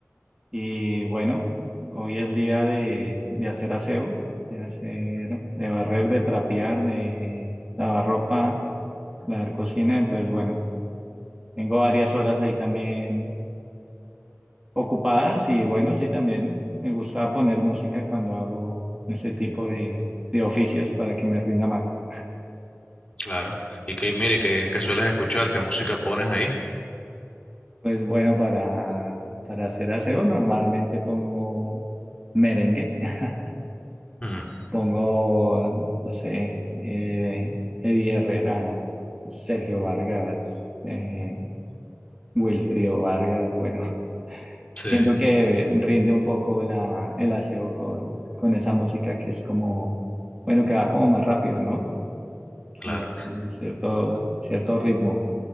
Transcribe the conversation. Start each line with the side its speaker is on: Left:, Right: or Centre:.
Right: Y bueno, hoy es día de, de hacer aseo, de hacer, de barrer, de trapear, de lavar ropa, lavar cocina. Entonces, bueno, tengo varias horas ahí también ocupadas y bueno, sí, también me gusta poner música cuando hago ese tipo de, de oficios para que me rinda más.
Left: Claro. Y que mire, ¿qué, qué sueles escuchar? ¿Qué música pones ahí?
Right: Pues bueno, para, para hacer aseo normalmente pongo merengue, <laughs>
Left: Mm,
Right: pongo, no sé, eh, Eddie Herrera, Sergio Vargas, eh, Wilfrido Vargas, bueno, <laughs>
Left: sí,
Right: siento que rinde un poco la, el aseo con, con esa música que es como, bueno, que va como más rápido, ¿no? Que
Left: claro.
Right: tiene cierto, cierto ritmo.